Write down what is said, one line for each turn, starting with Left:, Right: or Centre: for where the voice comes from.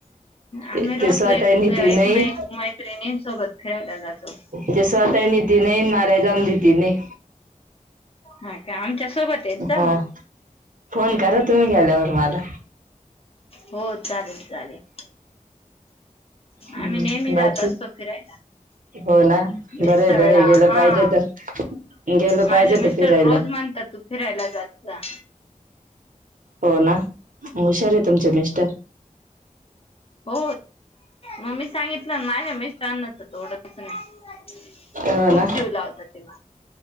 Left: आम्ही
Right: ते ते
Left: रोज
Right: स्वतः
Left: एक
Right: नेती
Left: एक
Right: नाही
Left: ना एक मैत्रिणीं सोबत फिरायला जातो
Right: ते स्वतः नेती नाही मला जाऊन देत नाही
Left: ह काम त्याच्या सोबत आहेत जा
Right: हा
Left: म
Right: फोन करा तुम्ही गेल्यावर मला.
Left: हो चालेल चालेल
Right: हम्म
Left: आम्ही नेहमी
Right: बाकी
Left: जात असतो फिरायला
Right: हो ना
Left: मिसळला
Right: बरे बरे गेलं
Left: हा
Right: पाहिजे तर गेलं
Left: माझे
Right: पाहिजे
Left: मिस्टर
Right: तर फिरायला.
Left: रोज म्हणतात तू फिरायला जायचा
Right: हो ना हुशार आहे तुमचे मिस्टर
Left: हो मग मी सांगितलं माझ्या मिस्टरना तर थोडं नाही
Right: हो
Left: खूप
Right: ना
Left: जेव लावत तेव्हा